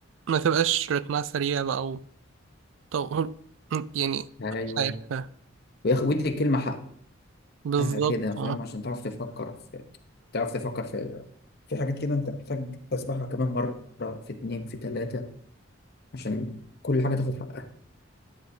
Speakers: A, on the right (about 70°); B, on the left (about 50°).
A: ما تبقاش رتمها سريع بقى طب يعني
B: ايوه
A: مش عارفة
B: وياخ- ويدي الكلمه
A: بالظبط
B: حقها كده فاهم
A: اه
B: عشان تعرف تفكر في تعرف تفكر في في حاجات كده انت محتاج تسمعها كمان مره في اتنين في تلاته عشان كل حاجه تاخد حقها